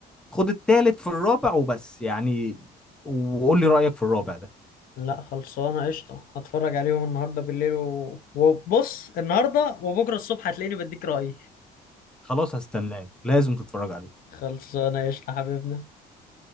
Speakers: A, in the centre; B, on the left.
A: خد التالت في الرابع وبس يعني وقول لي رأيك في الرابع ده
B: لا خلصانه قشطه هتفرج عليهم النهارده بالليل و... وبص النهارده وبكره الصبح هتلاقيني بديك رأيي
A: خلاص هستناك لازم تتفرج عليه
B: خلصانه قشطه حبيبنا